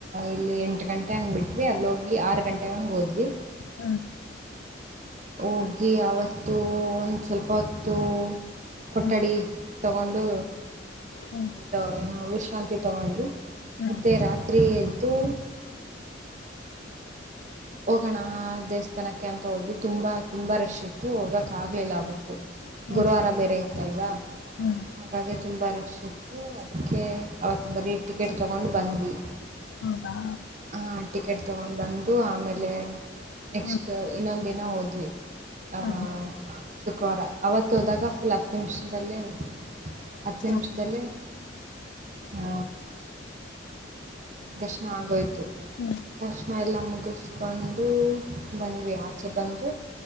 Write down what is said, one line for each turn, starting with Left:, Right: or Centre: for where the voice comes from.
Right: ಇಲ್ಲಿ ಎಂಟು ಗಂಟೆ ಹಂಗ್ ಬಿಟ್ವಿ, ಅಲ್ಲಿ ಹೋಗಿ ಆರು ಗಂಟೆಗೆ ಹಂಗೆ ಹೋದ್ವಿ.
Left: ಹ್ಮ್
Right: ಹೋಗಿ ಆವತ್ತು ಒಂದು ಸ್ವಲ್ಪ ಹೊತ್ತು ಕೊಠಡಿ
Left: ಹ್ಮ್
Right: ತಗೊಂಡು
Left: ಹ್ಮ್
Right: ಇದು ಏನು ವಿಶ್ ಶ್ರಾಂತಿ ತಗೊಂಡ್ವಿ
Left: ಹ್ಮ್
Right: ಮತ್ತೆ ರಾತ್ರಿ ಎದ್ದು ಹೋಗೋಣ ದೇವಸ್ಥಾನಕ್ಕೆ ಅಂತ ಹೋದ್ವಿ. ತುಂಬ ತುಂಬ ರಶ್ ಇತ್ತು ಹೋಗೋಕ್ಕಾಗ್ಲಿಲ್ಲ ಅವತ್ತು
Left: ಹ್ಮ್
Right: ಗುರುವಾರ ಬೇರೆ ಇತ್ತಲ್ವಾ.
Left: ಹ್ಮ್
Right: ಹಾಗಾಗಿ ತುಂಬ ರಶ್ ಇತ್ತು ಅದ್ಕೆ ಅವತ್ತು ಬರೀ ಟಿಕೆಟ್ ತೊಗೊಂಡು ಬಂದ್ವಿ.
Left: ಹೌದಾ
Right: ಹ ಟಿಕೆಟ್ ತಗೊಂಡು ಬಂದು ಆಮೇಲೆ ನೆಕ್ಸ್ಟು
Left: ಹ್ಮ್
Right: ಇನ್ನೊಂದು ದಿನ ಹೋದ್ವಿ ಆ.
Left: ಹ್ಮ್
Right: ಶುಕ್ರವಾರ ಅವತ್ತು ಹೋದಾಗ ಫುಲ್ ಹತ್ತು ನಿಮಿಷದಲ್ಲಿ ಹತ್ತು
Left: ಹ್ಮ್
Right: ನಿಮಿಷ್ದಲ್ಲಿ ಹಾ ದರ್ಶನ ಆಗೋಯ್ತು.
Left: ಹ್ಮ
Right: ದರ್ಶನ ಎಲ್ಲ ಮುಗಿಸ್ಕೊಂಡು ಬಂದ್ವಿ, ಆಚೆ ಬಂದು